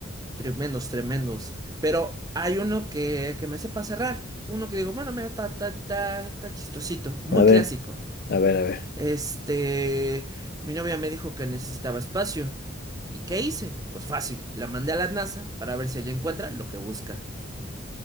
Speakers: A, on the right; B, on the left.
A: Tremendos, tremendos. Pero hay uno que, que me sepa cerrar. Uno que digo, bueno, mira, está, está ta está chistosito. Muy
B: A ver,
A: clásico.
B: a ver, a ver.
A: Este, mi novia me dijo que necesitaba espacio. ¿Y qué hice? Pues fácil, la mandé a la NASA para ver si ella encuentra lo que busca.